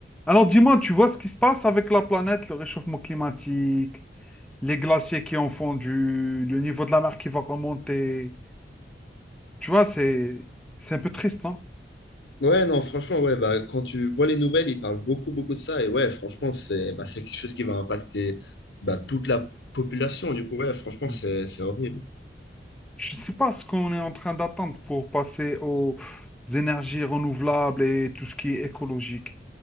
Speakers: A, in the centre; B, on the left.
A: Alors dis-moi, tu vois ce qui se passe avec la planète, le réchauffement climatique, les glaciers qui ont fondu, le niveau de la mer qui va remonter. Tu vois, c'est c'est un peu triste, non?
B: Ouais, non, franchement, ouais, bah, quand tu vois les nouvelles, ils parlent beaucoup, beaucoup de ça. Et ouais, franchement, c'est bah, c'est quelque chose qui va impacter bah, toute la population. Du coup, ouais, franchement,
A: Mm.
B: c'est c'est horrible.
A: Je ne sais pas ce qu'on est en train d'attendre pour passer aux énergies renouvelables et tout ce qui est écologique.